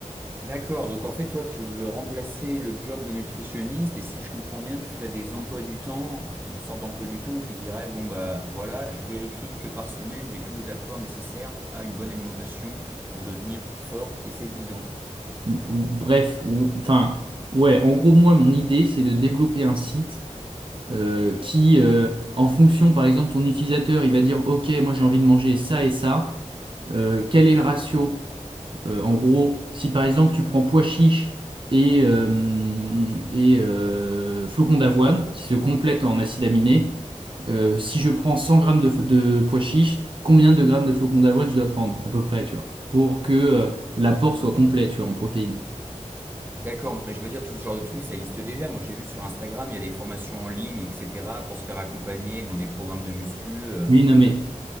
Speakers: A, on the right (about 15°); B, on the right (about 40°).
A: D'accord, donc en fait, toi, tu veux remplacer le job d'un nutritionniste et si je comprends bien, tu ferais des emplois du temps, une sorte d'emploi du temps où tu dirais, bon, bah voilà, je vérifie que par semaine, j'ai tous les apports nécessaires à une bonne alimentation pour devenir fort et séduisant.
B: ou bref, ou enfin, ouais, en gros, moi, mon idée, c'est de développer un site euh, qui, euh, en fonction, par exemple, ton utilisateur, il va dire, OK, moi, j'ai envie de manger ça et ça. Euh, quel est le ratio? Euh, en gros, si par exemple, tu prends pois chiche et, euh, et euh, flocons d'avoine qui se complètent en acides aminés, euh, si je prends 100 grammes de, de pois chiche, combien de grammes de flocons d'avoine je dois prendre, à peu près, tu vois, pour que euh, l'apport soit complet, tu vois, en protéines?
A: D'accord, mais je veux dire, tout ce genre de trucs, ça existe déjà. Moi, j'ai vu sur Instagram, il y a des formations en ligne, etc., pour se faire accompagner dans des programmes de muscu. euh.
B: Oui, non, mais